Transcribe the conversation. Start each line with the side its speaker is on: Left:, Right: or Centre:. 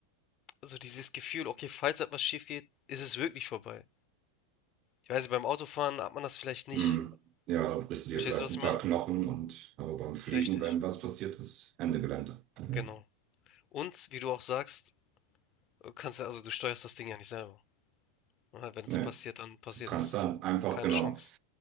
Left: so dieses Gefühl, okay, falls etwas schief geht, ist es wirklich vorbei. Ich weiß nicht, beim Autofahren hat man das vielleicht nicht.
Right: Hm. Ja, da brichst du
Left: Verstehst
Right: dir vielleicht
Left: du, was
Right: ein
Left: ich
Right: paar
Left: meine?
Right: Knochen und aber beim Fliegen,
Left: Richtig,
Right: wenn was passiert ist, Ende Gelände. Ja.
Left: genau. Und wie du auch sagst, du kannst ja, also du steuerst das Ding ja nicht selber. Ja, Wenn
Right: Nee.
Left: es passiert, dann passiert
Right: Du kannst
Left: es.
Right: dann einfach,
Left: Keine
Right: genau.
Left: Chance.